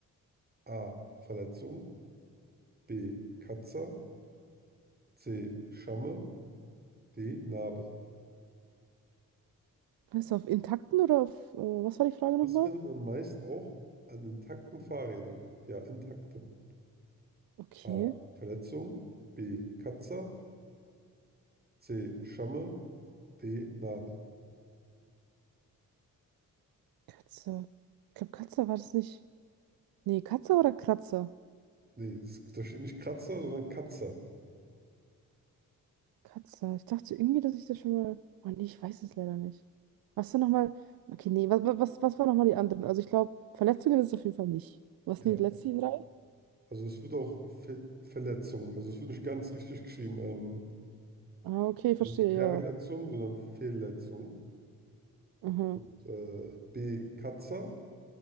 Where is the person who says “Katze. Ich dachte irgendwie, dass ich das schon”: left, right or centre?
Right